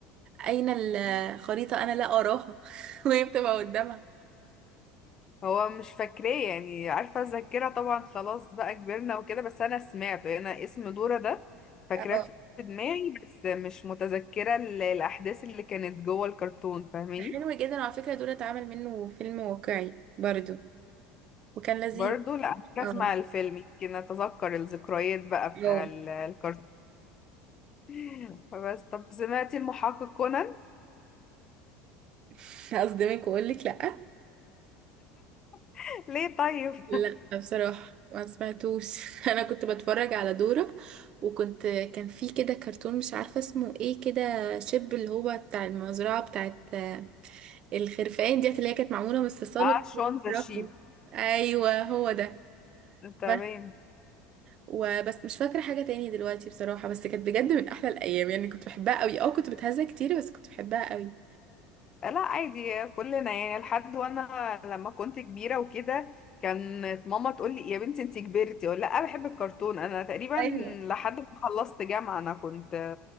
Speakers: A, on the right (about 50°); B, on the left (about 35°).
A: اين الخريطه انا لا اراها <laughs> وهي بتبقى قدامها
B: هو مش فاكراه يعني عارفة الذاكرة طبعا خلاص بقى كبرنا وكده بس أنا سمعته أنا اسم دورة ده فاكراه
A: اه
B: في دماغي بس مش متذكرة ال- الأحداث اللي كانت جوه الكرتون فاهماني
A: ده حلو جدا وعلى فكره دوره اتعمل منه فيلم واقعي برضو وكان لذيذ
B: برضو لا أحتاج أسمع
A: اه
B: الفيلم يمكن أتذكر الذكريات بقى
A: اه
B: بتاع ال- الكرتون <laughs> فبس طب سمعتي المحقق كونان
A: <laughs> هصدمك واقول لك لا
B: <laughs> ليه طيب
A: لا بصراحة ما سمعتوش <laughs> انا كنت بتفرج على دورة وكنت كان في كده كرتون مش عارفة اسمه ايه كده شب اللي هو بتاع المزرعة بتاعت آه، الخرفان ديت اللي هي كانت معمولة من
B: <laughs>
A: الصلصال
B: اه
A: وبتتحرك.
B: شون ذا شيب
A: ايوه هو ده
B: تمام
A: بس وبس مش فاكرة حاجة تاني دلوقتي بصراحة بس كانت بجد من احلى الايام يعني كنت بحبها قوي اه كنت بتهزأ كتير بس كنت بحبها قوي
B: لا عادي كلنا يعني لحد وانا لما كنت كبيرة وكده كانت ماما تقول لي يا بنتي انت كبرتي اقول لا بحب الكرتون انا تقريبا
A: ايوه
B: لحد ما خلصت جامعة انا كنت